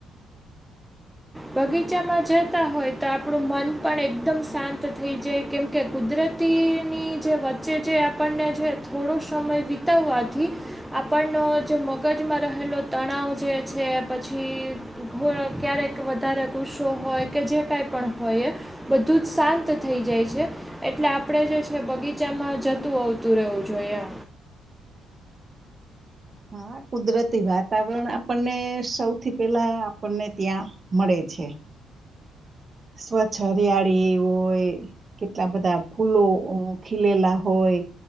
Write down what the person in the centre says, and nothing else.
બગીચામાં જતા હોય તો આપણું મન પણ એકદમ શાંત થઈ જાય કેમ કે કુદરતીની જે વચ્ચે જે આપણને જે થોડો સમય વિતાવવાથી આપણનો જે મગજમાં રહેલો તણાવ જે છે પછી ક્યારેક વધારે ગુસ્સો હોય કે જે કાંઈ પણ હોય એ બધું જ શાંત થઈ જાય છે એટલે આપણેે જે છે બગીચામાં જતું આવતું રહેવું જોઈએ